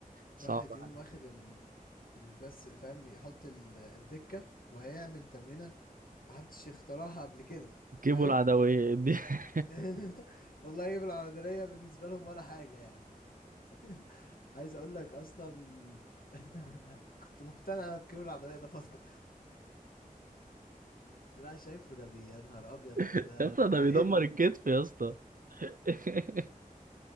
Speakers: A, on the right; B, on the left.
A: صعبة
B: واحد يقوم واخد ال... البس فاهم يحط ال... الدكة وهيعمل تمرينة محدش اخترعها قبل كده فاهم
A: جيبوا العدوية دي <laughs>
B: <laughs> والله يجيب العضلية بالنسبة لهم ولا حاجة يعني <laughs> عايز اقول لك اصلا <laughs> كنت مقتنع انا بكيبل العضلية ده فترة كنت لا شايفه ده بي- يا نهار ابيض
A: يا
B: ده
A: اسطى
B: كان
A: ده
B: فايتني
A: بيدمر الكتف
B: ده
A: يا اسطى <laughs>